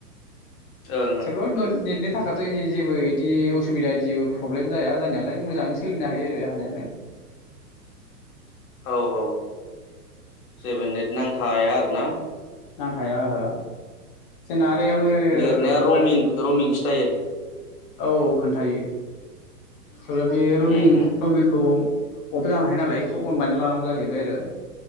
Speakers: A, on the left; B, on the left.
A: ओं
B: थेवब्लाबो <unintelligible> नेथनि थाख नाथाय जेबो इदि असुबिदा जेबो प्रब्लेम जाया जानायालाय मोजाङै सोलिनो हायो आरो हानायालाय।
A: औ औ जेबो नेट नांथाया आरो ना।
B: नांथाया ओहो जोंना बैआवनो
A: लिरनाया रमिं
B: वाय फायबो
A: रमिं खिथायो
B: औ खोन्थायो। अब्ला बे रमिं
A: उम उम
B: रमिंखौ अफ जानो हायो नालाय एखौ अन बानायनानै लानांगौ जाहैबाय आरो।